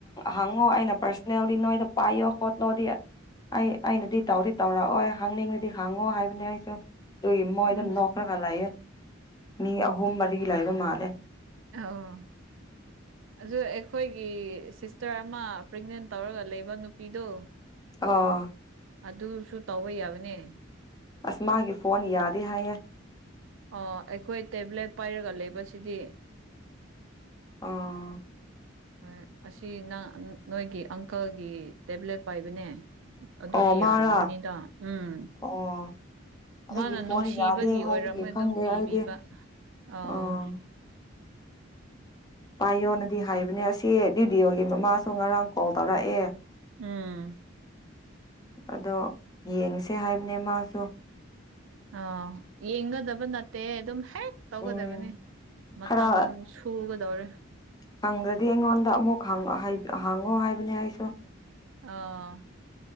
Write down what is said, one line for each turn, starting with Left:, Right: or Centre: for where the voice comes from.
Left: ꯍꯪꯉꯣ ꯑꯩꯅ ꯄꯔꯁꯅꯦꯜꯗꯤ ꯅꯣꯏꯗ ꯄꯥꯏꯌꯣ ꯈꯣꯠꯂꯣꯗꯤ ꯑꯩ-ꯑꯩꯅꯗꯤ ꯇꯧꯗꯤ ꯇꯧꯔꯛꯑꯣꯏ ꯍꯪꯅꯤꯡꯉꯗꯤ ꯍꯪꯉꯣ ꯍꯥꯏꯕꯅꯦ ꯑꯩꯁꯨ꯫ ꯑꯗꯨꯒꯤ ꯃꯣꯏꯗꯨ
Right: ꯎꯝ
Left: ꯅꯣꯛꯈ꯭ꯔꯒ ꯂꯥꯛꯌꯦ, ꯃꯤ ꯑꯍꯨꯝ ꯃꯔꯤ ꯂꯩꯥꯕ ꯃꯥꯜꯂꯦ꯫
Right: ꯑꯣ꯫ ꯑꯗꯨ ꯑꯩꯈꯣꯏꯒꯤ ꯁꯤꯁꯇꯔ ꯑꯃ ꯄ꯭ꯔꯦꯒꯅꯦꯟ ꯇꯧꯔꯒ ꯂꯩꯕ ꯅꯨꯄꯤꯗꯣ?
Left: ꯑꯥ
Right: ꯑꯗꯨꯁꯨ ꯇꯧꯕ ꯌꯥꯕꯅꯦ꯫
Left: ꯑꯁ ꯃꯥꯒꯤ ꯐꯣꯟ ꯌꯥꯗꯦ ꯍꯥꯏꯌꯦ꯫
Right: ꯑ ꯑꯩꯈꯣꯏ ꯇꯦꯕ꯭ꯂꯦꯠ ꯄꯥꯏꯔꯒ ꯂꯩꯕꯁꯤꯗꯤ
Left: ꯑꯣ
Right: ꯍꯣꯏ ꯑꯁꯤ ꯅꯪ ꯅꯣꯏꯒꯤ ꯑꯪꯀꯜꯒꯤ ꯇꯦꯕ꯭ꯂꯦꯠ ꯄꯥꯏꯕꯅꯦ꯫ ꯑꯗꯨꯗꯤ
Left: ꯑꯣ ꯃꯥꯔꯥ
Right: ꯌꯥꯔꯝꯒꯅꯤꯗ ꯎꯝ
Left: ꯑꯣ ꯑꯩꯒꯤ
Right: ꯃꯥꯅ
Left: ꯐꯣꯟ
Right: ꯅꯨꯡꯁꯤꯕꯒꯤ
Left: ꯌꯥꯗꯦ
Right: ꯑꯣꯏꯔꯝꯃꯣꯏ
Left: ꯍꯥꯏꯕꯒꯤ
Right: ꯑꯗꯨꯝ
Left: ꯈꯪꯗꯦ
Right: ꯄꯤꯕꯤꯕ
Left: ꯑꯩꯗꯤ
Right: ꯑꯥ꯫
Left: ꯑꯣ ꯄꯥꯏꯌꯣꯅꯗꯤ ꯍꯥꯏꯕꯅꯦ ꯑꯁꯤ ꯗꯨꯗꯤꯑꯣꯒꯤ ꯃꯃꯥꯁꯨ ꯉꯔꯥꯡ ꯀꯣꯜ ꯇꯧꯔꯛꯑꯦ꯫
Right: ꯎꯝ
Left: ꯑꯗꯣ ꯌꯦꯡꯁꯦ ꯍꯥꯏꯕꯅꯦ ꯃꯥꯁꯨ
Right: ꯑꯣ ꯌꯦꯡꯒꯗꯕ ꯅꯠꯇꯦ ꯑꯗꯨꯝ ꯍꯦꯛ ꯇꯧꯒꯗꯕꯅꯤ
Left: ꯎꯝ
Right: ꯃꯇꯝ
Left: ꯈꯔ
Right: ꯁꯨꯒꯗꯧꯔꯦ꯫
Left: ꯀꯪꯗ꯭ꯔꯗꯤ ꯑꯩꯉꯣꯟꯗ ꯑꯃꯨꯛ ꯍꯪ ꯍꯥꯏ ꯍꯥꯡꯉꯣ ꯍꯥꯏꯕꯅꯦ ꯑꯩꯁꯨ
Right: ꯑ <unintelligible>